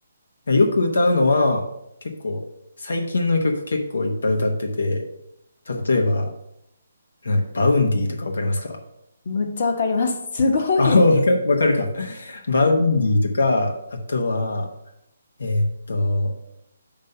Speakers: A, on the left; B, on the left.
A: な。よく歌うのは、結構、最近の曲結構いっぱい歌ってて、例えば、なんだろうバウンディとかわかりますか
B: むっちゃわかります。<laughs> すごい。
A: あ、<laughs> わか、わかるか。バウンディとか、あとは、えーっと、